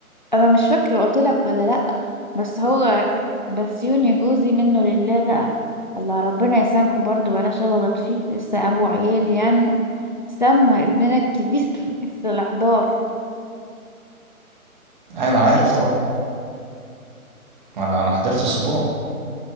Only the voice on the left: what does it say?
انا مش فاكره قلت لك ولا لا بس هو بس يوني جوزي منه لله بقى الله ربنا يسامحه برضه بلاش اغلط فيه لسه ابو عيال يعني سمى ابننا الكبير <laughs> الاحضار